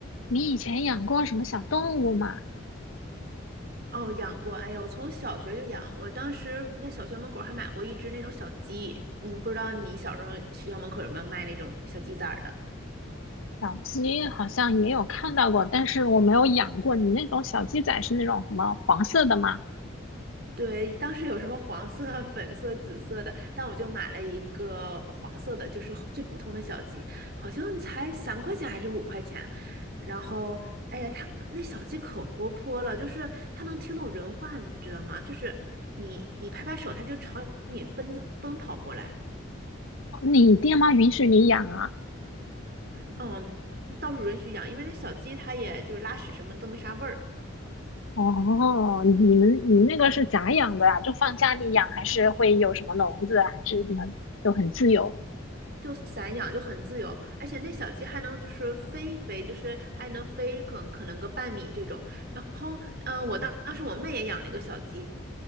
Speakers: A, on the left; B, on the right.
A: 你以前养过什么小动物吗？
B: 哦，养过，哎呀，我从小学就养，我当时在小学门口还买过一只那种小鸡，嗯，不知道你小时候学校门口有没有卖那种小鸡崽儿的？
A: 小鸡好像也有看到过，但是我没有养过。你那种小鸡仔是那种什么黄色的吗？
B: 对，当时有什么黄色、<laughs> 粉色、紫色的，但我就买了一个黄色的，就是最普通的小鸡，好像才三块钱还是五块钱。然后，哎呀，它那小鸡可活泼了，就是它能听懂人话，你知道吗？就是你你拍拍手，它就朝你奔奔跑过来。
A: 你爹妈允许你养啊？
B: 嗯，倒是允许养，因为那小鸡它也就是拉屎什么都没啥味儿，
A: 哦，你们你们那个是咋养的啊？就放家里养，还是会有什么笼子啊，还是什么都很自由？
B: 就散养就很自由，而且那小鸡还能就是飞一飞，就是还能飞可可能个半米这种。然后，嗯，我当当时我妹也养了一个小鸡，